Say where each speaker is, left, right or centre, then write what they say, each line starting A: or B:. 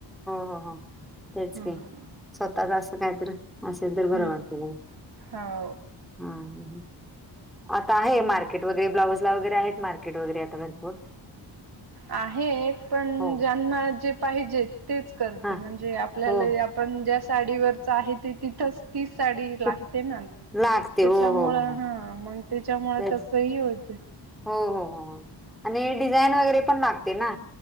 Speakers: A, in the centre; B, on the right.
A: हो हो तेच
B: हम्म
A: क स्वतः चा अस कायतरी असेल तर बरं
B: हम्म
A: वाटतं ग
B: हो
A: हा ह आता आहे मार्केट वगैरे ब्लाउज ला वगैरे आहेत मार्केट वगैरे आता भरपूर
B: आहेत पण
A: हो
B: ज्यांना जे पाहिजेत तेच करते
A: हा
B: म्हणजे आपल्याला
A: हो
B: पण ज्या साडीवरच आहे ते तिथंच ती साडी लागते
A: ते
B: ना
A: लागते
B: त्याच्यामुळे
A: हो हो हो हो
B: हा मग त्याच्यामुळे
A: ते
B: तस ही होत
A: हो हो हो हो आणि डिझाईन वगैरे पण लागते ना